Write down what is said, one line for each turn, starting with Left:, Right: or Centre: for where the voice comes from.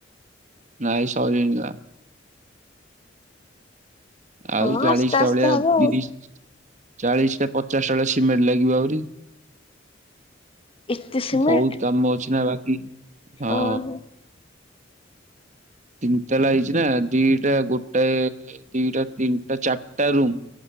Right: ନାଇଁ ସରିନି ବା। ଆଉ
Left: ହଁ
Right: ଚାଳିଶି
Left: ଆସ୍ତେ
Right: ଟା
Left: ଆସ୍ତେ
Right: ଭଳିଆ,
Left: ହବ ଆଉ।
Right: ତିରିଶି ଚାଳିଶି ଟା ପଚାଶଟା ଭଳିଆ ସିମେଣ୍ଟ ଲାଗିବ ଆହୁରି।
Left: ଇତି ସିମେଣ୍ଟ
Right: ବହୁତୁ କାମ ଅଛି ନା ବାକି, ହଁ।
Left: ଓହୋ
Right: ତିନିତାଲା ହେଇଛି ନା, ଦିଟା ଗୋଟାଏ ଦିଟା, ତିନିଟା, ଚାରିଟା ରୁମ୍।